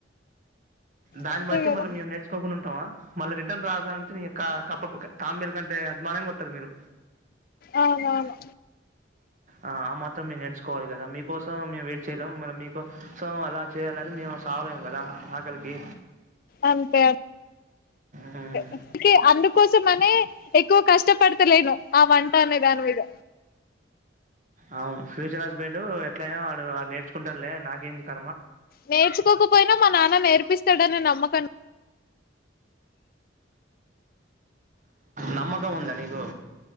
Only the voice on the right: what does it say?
దాని
బట్ అయితే
మళ్ళీ మేము నేర్చుకోకుండా ఉంటామా మళ్ళ రిటన్ రాద అంటే కప్పప్పగా తాబేల కంటే అసమానంగా వస్తారు మీరు
ఆ ఆ మాత్రం మేము నేర్చుకోవాలి కదా మీకోసం మేము వెయిట్ చేయలేము మీ కోసం అలా చేయాలని మేము పోాల కదా ఆకలికి
ఆ
అవును ఫ్యూచర్ హస్బెండ్ ఎట్లయినా వా వా నేర్చుకుంటారులే నాకేంది క
నమ్మకం ఉందా నీకు